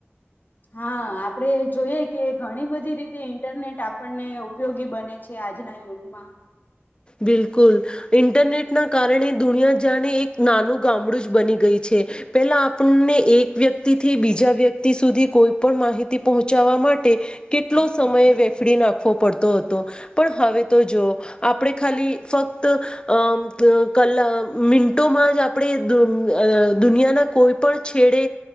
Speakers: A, on the left; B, on the left.
A: હા આપ આપણે જોઈએ કે ઘણી બધી રીતે ઇન્ટરનેટ આપણને ઉપયોગી બને છે આજના યુગમાં
B: બિલકુલ ઇન્ટરનેટના કારણે દુનિયા જાણે એક નાનું ગામડું જ બની ગઈ છે પેલા આપણને એક વ્યક્તિથી બીજા વ્યક્તિ સુધી કોઈ પણ માહિતી પહોંચાવા માટે કેટલો સમય વેફડી નાખવો પડતો હતો પણ હવે તો જો આપણે ખાલી ફક્ત અ કલા મ ોમાં જ આપણે દુનિયાના કોઈ પણ છેડે